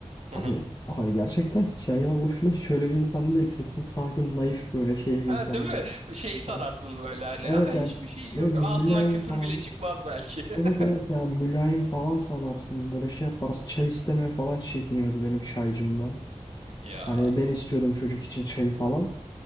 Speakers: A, on the right; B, on the left.
A: Hı
B: Abi
A: hı.
B: hani gerçekten hiç yan yana boşuna hiç öyle bir insan değil. Sessiz, sakin, naif böyle şey bir
A: Ha,
B: insan
A: değil mi?
B: böyle.
A: Şeyi sanarsın
B: Hani
A: böyle hani.
B: evet
A: Aa, hiçbir
B: yani
A: şey yok.
B: evet mülayim
A: Ağzından küfür
B: falan.
A: bile çıkmaz belki.
B: Evet
A: <laughs>
B: evet ya mülayim falan sanarsın böyle şey yaparız. Çay istemeye falan çekiniyordu benim çaycımdan.
A: Ya.
B: Hani ben istiyordum çocuk için çayı falan.